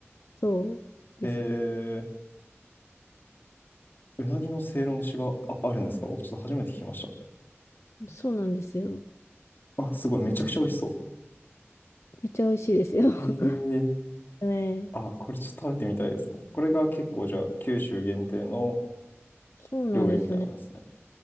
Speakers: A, on the left; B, on the left.
A: そうですね。
B: へえ、うなぎのせいろ蒸しがあ、あるんですか僕ちょっと初めて聞きまし
A: そうなんですよ。
B: た。あ、すごい、めちゃくちゃ美味しそ
A: めっちゃ美味しいですよ。<laughs>
B: う。へえ、
A: ね、
B: あ、これちょっと食べてみたいですね。これが結構じゃあ、九州限定の
A: そうなんですよね。
B: 料理みたいなんですね。